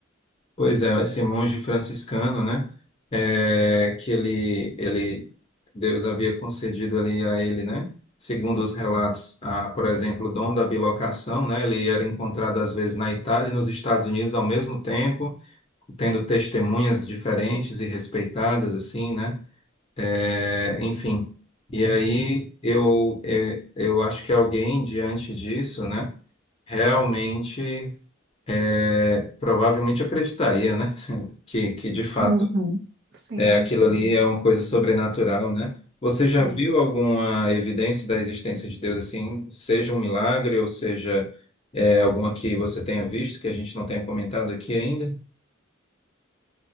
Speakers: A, on the left (about 30°); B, on the right (about 55°).
A: Pois é, esse monge franciscano, né? é, que ele, ele, Deus havia concedido ali a ele, né? Segundo os relatos, a, por exemplo, o dom da bilocação, né? Ele era encontrado às vezes na Itália e nos Estados Unidos ao mesmo tempo, tendo testemunhas diferentes e respeitadas, assim, né? É, enfim. E aí eu, é, eu acho que alguém diante disso, né? Realmente, é, provavelmente acreditaria, né? que, que de fato
B: uhum. Sim,
A: é aquilo
B: sim,
A: ali é uma coisa sobrenatural, né? Você
B: sim.
A: já viu alguma evidência da existência de Deus assim, seja um milagre ou seja é, alguma que você tenha visto que a gente não tenha comentado aqui ainda?